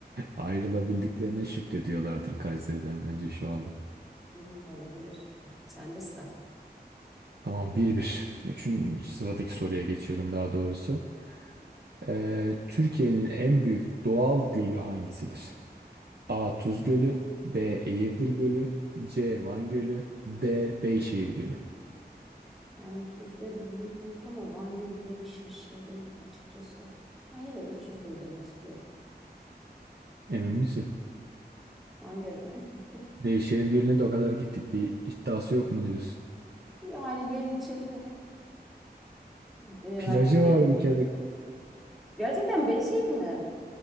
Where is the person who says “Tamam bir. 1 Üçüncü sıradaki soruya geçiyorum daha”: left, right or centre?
Right